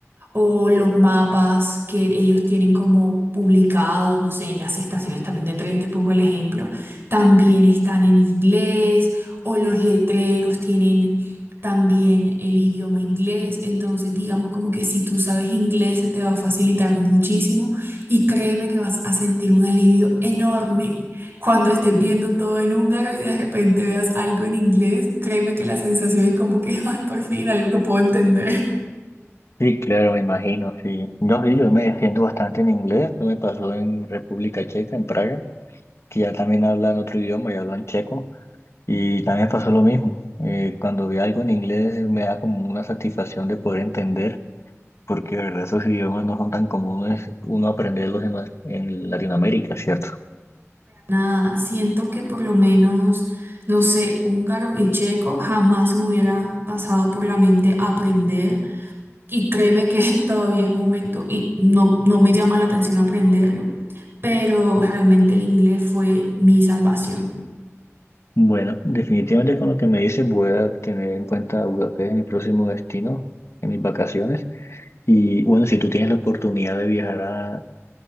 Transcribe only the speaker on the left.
Sí, claro, me imagino, sí. No, sí, yo me defiendo bastante en inglés. Eso me pasó en República Checa, en Praga, que ya también hablan otro idioma, ya hablan checo. Y también pasó lo mismo. Eh, cuando vi algo en inglés eh, me da como una satisfacción de poder entender, porque de verdad esos idiomas no son tan comunes uno aprenderlos en, nues- en Latinoamérica, ¿cierto?
Bueno, definitivamente con lo que me dices voy a tener en cuenta Budapest en mi próximo destino, en mis vacaciones. Y bueno, si tú tienes la oportunidad de viajar a-